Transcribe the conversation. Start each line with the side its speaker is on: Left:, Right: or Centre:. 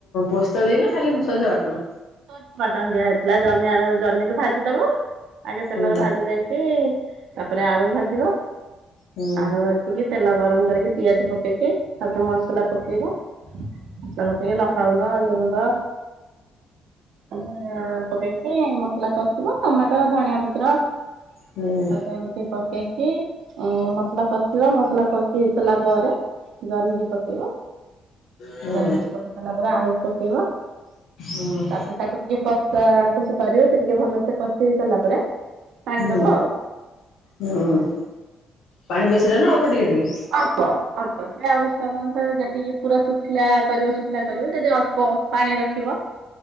Left: ପୋସ୍ତ ଦେଇନା ଖାଲି ସୋରିଷ ବାଟଣ।
Right: <inaudible> ବାଟଣ ଦିଆ ହେଇଥିଲା ଜହ୍ନି ଆଳୁ ଜହ୍ନିକୁ ଭାଜିଦବୁ ଆଗେ ତେଲରେ
Left: ହୁଁ
Right: ଭାଜି ଦେଇ ଇକି ତାପରେ ଆଳୁକୁ ଭାଜିବ
Left: ହୁଁ
Right: ଆଳୁ ଭାଜି କି ତେଲ ଗରମ କରିକି ପିଆଜ ପକେଇକି ତାପରେ ମସଲା ପକେଇବ। ମସଲା ପକେଇକି ଲଙ୍କା ଗୁଣ୍ଡ ହଳଦି ଗୁଣ୍ଡ <unintelligible> ପକେଇକି ମ ସଲା କଷିବ ଟମାଟୋ ଧନିଆ ପତ୍ର <inaudible>
Left: ହୁଁ
Right: ତାକୁ ଏମିତି ପକେଇ କି ଅ ମସଲା କଷିବ ମସଲା କଷି ସାରିଲା ପରେ ଜହ୍ନିକି ପକେଇବ।
Left: ହୁଁ
Right: ଜହ୍ନି କୁ ପକେଇ ସାଇଲା ପରେ ଆଳୁକୁ ପକେଇବ
Left: ହୁଁ
Right: ତାପ୍ ତାକୁ ଟିକେ କଶା କଷି କରିବେ ସେ ଟିକେ ଭଲ ସେ କଷି ହେଇ ସାରିଲା ପରେ। ପାଣି
Left: ହୁଁ
Right: ଦବ ଆଉ
Left: ହୁଁ ପାଣି ବେଶିରେ ନା ଅଳ୍ପ ଟିକେ ଟିକେ।
Right: ଅଳ୍ପ ଅଳ୍ପ ଯାଉ ତମ ଅନୁସାରେ ଯଦି ପୁରା ଶୁଖିଲା କରିବ ଶୁଖିଲା କରିବ ଯଦି ଅ ଳ୍ପ ପାଣି ରଖିବ।